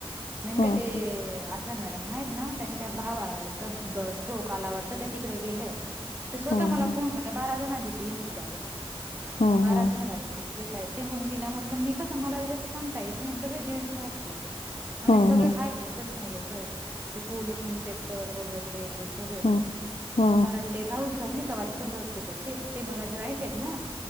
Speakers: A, on the right; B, on the left.
A: नेमक
B: हम्म
A: ते... अ अ मॅडम हायेत ना, त्यांच्या भावाचा अ ब स्ट्रोक आला वाटत त्या तिकडे गेल्यायेत. ते स्वतः
B: हम्म
A: मला
B: हम्म
A: फोन करते, बारा जणांची टीमये ती डायरेक्ट,
B: हम्म
A: बारा जण डायरेक्ट घेता येते, म मी तिला म्हटलं मी कसं, मला बी जास्त सांगता येत नाही, अन सगळे जेंन्ट्स आहेत ते आणि
B: हम्म
A: सगळे हाय
B: हम्म
A: प्रोफेशनल लोकंयेतं. ते पोलिस इन्स्पेक्टर वगैरे ते ते सगळे,
B: हम्म हम्म हम्म
A: कारण ते राहुल सर नाई का वात्सल्य हॉस्पिटलचे, ते जॉईंटयेत ना,